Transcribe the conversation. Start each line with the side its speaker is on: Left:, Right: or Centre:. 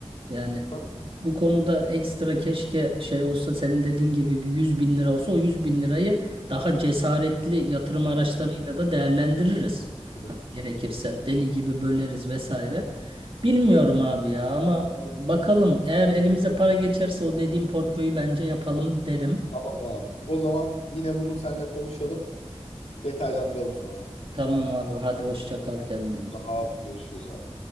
Right: Yani
Left: Tabii.
Right: bu konuda ekstra keşke şey olsa senin dediğin gibi bir 100 bin lira olsa o 100 bin lirayı daha cesaretli yatırım araçlarıyla da değerlendiririz.
Left: Tabii.
Right: Hani gerekirse deli gibi böleriz vesaire. Bilmiyorum abi ya ama e, bakalım eğer elimize para geçerse o dediğim portföyü bence yapalım derim.
Left: Tamam abi. O zaman yine bunu seninle konuşalım. Detaylandıralım sonra.
Right: Tamam abi hadi hoşça kal kendine iyi
Left: Sağ
Right: bak.
Left: ol. Görüşürüz abi.